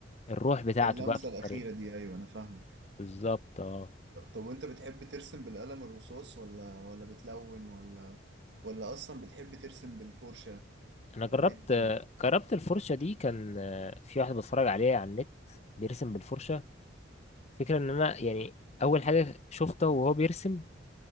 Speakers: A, on the left; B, on the right.
A: الروح بتاعته
B: اللمسه
A: بقى في الطريقه
B: الاخيره دي ايوه انا فاهمك
A: بالظبط اه
B: طب وانت بتحب ترسم بالقلم الرصاص ولا ولا بتلون ولا ولا اصلا بتحب ترسم بالفرشه
A: انا
B: ولا
A: جربت
B: ايه الدنيا
A: جربت الفرشه دي كان آه، في واحد بتفرج عليه على النت بيرسم بالفرشه الفكره ان انا يعني اول حاجه شفته وهو بيرسم